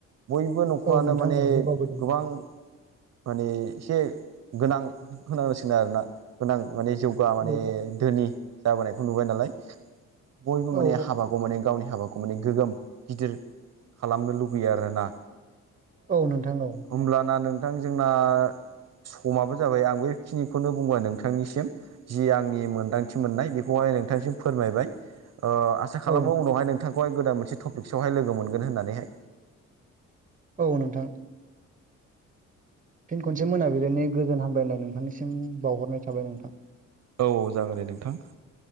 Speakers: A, on the right (about 60°); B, on the right (about 25°).
A: बयबो न'खरानो
B: औ नोंथां
A: माने
B: औ जौगाबोदों
A: गोबां माने एसे गोनां होनांगसिनो आरोोना गोनां माने जौ माने
B: औ
A: धोनि जाबोनायखौ नुबाय नालाय बयबो माने
B: औ
A: हाबाखौ माने गावनि हाबाखौ। माने गोग्गोम गिदिर खालामनो लुुबैयो आरोना
B: औ नोंथां औ
A: हमना नों नोंथां जोंना समाबो जाबाय आं बेखिनिखौनो बुंबाय नोंथांनिसिम जि आंनि मोन्दांथि मोननाय बेखौहाय नोंथांसिम फोरमायबाय आसा खालामो
B: औ
A: उनावहाय नों बिथांखौहाय गोदान मोनसे टपिकसआवहाय लोगो मोनगोन होननानैहाय
B: औ नोंथां। फिन खनसे मोनाबिलिायनि गोजोन हामलायनाय नोंथांनिसिम बावहरनाय थाबाय नोंथां।
A: औ जागोन दे नोंथां।